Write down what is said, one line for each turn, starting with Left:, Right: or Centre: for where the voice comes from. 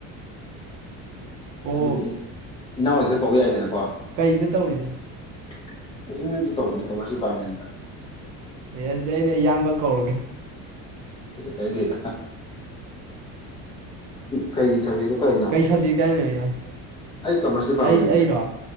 Right: ꯑꯣ
Left: ꯑꯗꯨꯗꯤ ꯏ ꯏꯅꯥꯎ ꯍꯣꯏꯗ ꯀꯧ ꯌꯥꯏꯗꯅꯀꯣ ꯑꯦꯝ
Right: ꯀꯩꯗ ꯇꯧꯔꯤꯅꯣ
Left: ꯌꯨꯗ ꯇꯧꯕꯅꯦ ꯀꯃꯔꯁ ꯗꯤꯄꯥꯔꯠꯃꯦꯟꯗ
Right: ꯑꯦ ꯑꯗꯨꯗꯤ ꯑꯩꯅ ꯏꯌꯥꯝꯕ ꯀꯧꯔꯒꯦ
Left: ꯀꯥꯏꯗꯔ ꯀꯩ ꯁꯦꯛ ꯇꯩꯅꯣ
Right: ꯀꯩ ꯁꯕꯖꯦꯛꯇ ꯍꯥꯏꯅꯣ ꯏꯌꯥꯝꯕ
Left: ꯑꯩ ꯀꯃꯔꯁ ꯗꯤꯄꯥꯔꯠꯃꯦꯟꯗꯅꯦ
Right: ꯑꯩ ꯑꯩꯔꯣ